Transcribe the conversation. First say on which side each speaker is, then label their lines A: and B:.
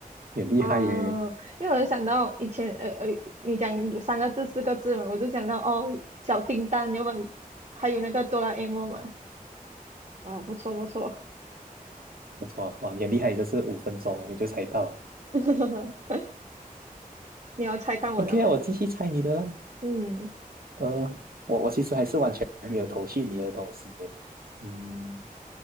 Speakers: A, on the right; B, on the right.
A: <laughs>
B: 你很厉害耶！
A: 嗯，因为我就想到以前，呃呃，你讲有三个字、四个字嘛，我就想到哦，小叮当，有本还有那个哆啦 A 梦嘛，啊、不错不错，
B: 不错，哇，你很厉害，就是五分钟你就猜到。
A: <laughs> 你要猜看我的吗？
B: OK 啊，我继续猜你的啦。
A: 嗯
B: 呃，我我其实还是完全没有头绪你的东西耶。嗯，